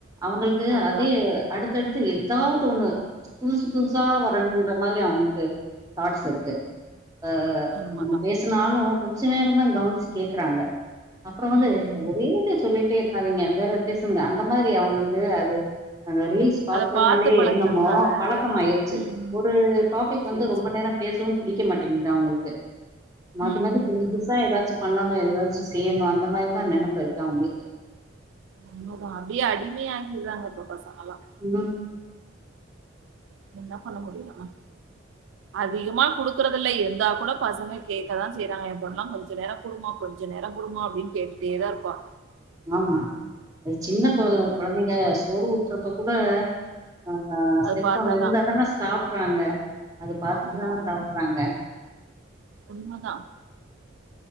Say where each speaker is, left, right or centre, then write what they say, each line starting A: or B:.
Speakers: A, on the right; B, on the right.
A: அவங்களுக்கு
B: அதா
A: அதே அடுத்தடுத்து எத்தாது ஒன்னு புதுசு புதுசா வருங்குற மாதிரி அவுங்குளுக்கு தாட்ஸ் இருக் ஆ
B: உண்மதா
A: நம்ம பேசனாலு கொஞ்ச நேரோதா கவனிச்சு கேக்குறாங்க அப்றோ வந்து
B: ம்
A: ஒரே இத சொல்லிட்டே இருக் சரிங்க வேற பேசுங்க அந்த மாரி அவுங்குளுக்கு அது அந்த ரீல்ஸ் பாக்குறனாலே
B: அத பாத்து பழகுனதுனால
A: என்னமோ பழக்கம் ஆய்ருச்சு
B: ம் ம்
A: ஒரு டாபிக்
B: சேரி
A: வந்து ரொம்ப
B: சேரி
A: நேரோ பேசவு பிடிக்க மாட்டேங்குது அவுங்குளுக்கு மாத்தி
B: ம்
A: மாத்தி
B: ம்
A: புதுசா
B: ம் ம்
A: எதாச்சு பண்ணனு எதாச்சு செய்யணு அந்த மாரிதா நெனப்பு இருக்கு அவுங்குளுக்கு
B: உண்மதா அப்டியே அடிமையாகிட்றாங்க இப்ப பசங்கலா
A: ம்
B: என்ன பண்ண முடியு நம்ம
A: <inaudible>
B: அதிகமா குடுக்கறதில்ல இருந்தா கூட பசங்க கேட்கதா செய்யறாங்க எ பொன்லா கொஞ்சோ நேரோ குடுமா கொஞ்ச கொஞ்ச நேரோ குடுமா அப்பிடின்னு கேட்டுட்டேதா இருப்பா
A: ஆமா அது சின்ன கொ
B: ம்
A: கொழந்தைங்க சோறு ஊட்டுறப்ப கூட அ அ
B: அது
A: செல்போன்
B: பாத்தாதா
A: இருந்தாதான சாப்பறாங்க அது பாத்துட்டு
B: ஆமா
A: தான
B: ஆமா
A: சாப்பறாங்க
B: உண்மதா